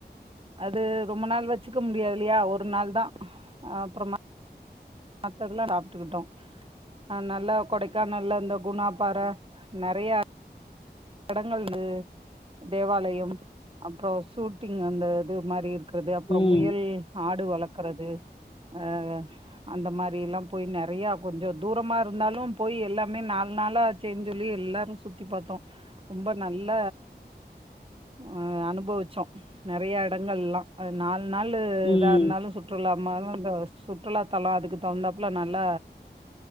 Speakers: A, on the right; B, on the left.
A: அது ரொம்ப நாள் வச்சுக்க முடியாதில்லயா ஒரு நாள் தா அப்றமா மத்ததெல்லா சாப்ட்டுக்கிட்டோ அ நல்லா கொடைக்கானல்ல இந்த குணாப்பாற நெறைய இடங்கள் தேவாலயம் அப்றோ ஷூட்டிங் அந்த இது மாரி இருக் க்குறது அப்றோ
B: ம் ம்
A: முயல் ஆடு வளக்குறது ஆ அந்த மாரியல்லா போய் நெறைய கொஞ்ச தூரமா இருந்தாலு போய் எல்லாமே நா நாலாச்சேன் சொல்லி எல்லாரு சுத்தி பாத்தோ ரொம்ப நல்ல அ அனுபவுச்சோ நெறைய எடங்கல்லா அது நாலு நாளு
B: ம்
A: எதா இருந்தாலு சுற்றுலா <unintelligible> சுற்றுலா தலொ அதுக்கு தகுந்தாப்ல நல்ல